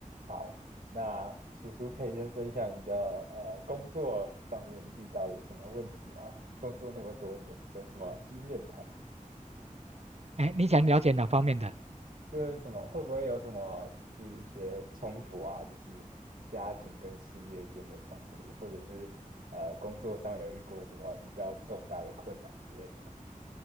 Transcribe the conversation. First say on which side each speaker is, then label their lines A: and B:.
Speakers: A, on the right (about 75°); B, on the right (about 50°).
A: 好，那叔叔可以先分享你的呃工作上面遇到的什么问题吗？工作那么多年，有什么经验谈？
B: 哎，你想了解哪方面的？
A: 就是什么会不会有什么就是一些冲突啊？就是家庭跟事业间的冲突，或者是呃工作上有遇过什么比较重大的困难之类的吗？